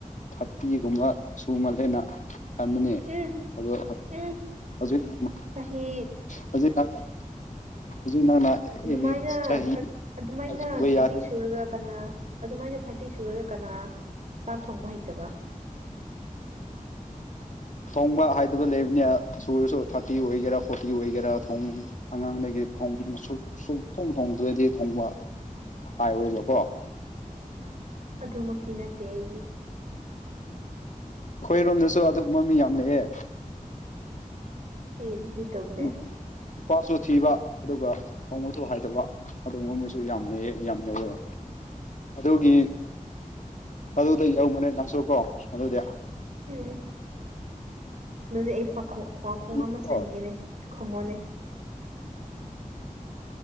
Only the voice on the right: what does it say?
ꯎꯝ
ꯎꯝ
ꯆꯍꯤ
ꯑꯗꯨꯃꯥꯏꯅ
ꯊꯔ ꯑꯗꯨꯃꯥꯏꯅ
ꯊꯥꯔꯇꯤ
ꯁꯨꯔꯒ ꯀꯅꯥ ꯑꯗꯨꯃꯥꯏꯅ ꯊꯥꯔꯇꯤ ꯁꯨꯔꯒ ꯀꯅꯥ ꯆꯥꯛ ꯊꯣꯡꯕ ꯍꯩꯇꯕ
ꯑꯗꯨꯃꯛꯇꯤ ꯅꯠꯇꯦ ꯑꯩꯗꯤ
ꯍꯦ ꯑꯗꯨꯗꯤ ꯇꯧꯗꯦ
ꯎꯝ ꯑꯗꯨꯗꯤ ꯑꯩ ꯄꯥꯈꯣꯡ ꯄꯥꯎꯈꯣꯡ
ꯑꯃ ꯆꯟꯒꯦꯅꯦ ꯈꯨꯝꯃꯣꯅꯦ